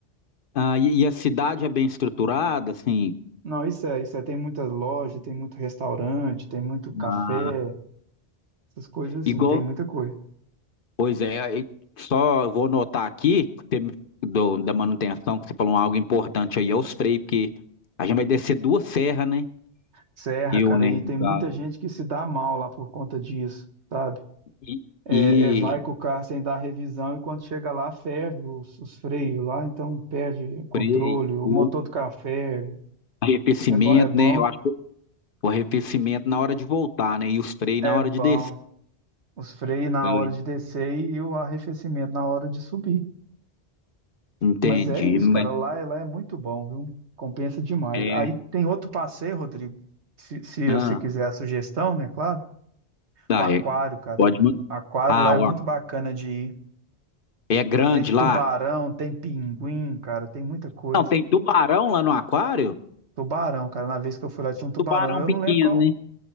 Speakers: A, on the left (about 55°); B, on the right (about 85°).
A: ah, e e a cidade é bem estruturada, assim,
B: Não, isso é, isso é, tem muitas lojas, tem muito restaurante, tem muito café,
A: ah,
B: essas coisas
A: igual,
B: assim, tem muita coisa.
A: pois é, e só eu vou notar aqui, que você me- do, da manutenção, que você falou algo importante aí, é os freios, porque a gente vai descer duas serras, né?
B: Serra,
A: Rio,
B: cara,
A: né,
B: e
A: no
B: tem
A: caso,
B: muita gente que se dá mal lá por conta disso, sabe?
A: e,
B: É,
A: e
B: é, vai com o carro sem dar revisão e quando chega lá ferve os, os freios lá, então perde controle,
A: freio,
B: o
A: o
B: motor do carro ferve.
A: arrefecimento,
B: É bom, é bom,
A: né, eu acho que o arrefecimento na hora de voltar, né, e os freios
B: é
A: na hora
B: bom.
A: de descer,
B: Os freios na
A: Oi,
B: hora de descer e o arrefecimento na hora de subir.
A: entendi,
B: Mas é isso,
A: mas
B: cara, lá, lá é muito bom, viu? Compensa demais.
A: é,
B: Aí tem outro passeio, Rodrigo, se, se
A: ah,
B: você quiser a sugestão, né, claro.
A: tá,
B: O aquário,
A: é,
B: cara.
A: pode mandar,
B: O Aquário
A: ah,
B: lá é
A: ó,
B: muito bacana de ir.
A: é grande
B: Tem tubarão,
A: lá,
B: tem pinguim, cara, tem muita coisa.
A: Não tem tubarão lá no aquário?
B: Tubarão, cara, na vez que eu fui lá tinha um tubarão.
A: Tubarão
B: Eu
A: pequeno,
B: não lembro qual
A: né?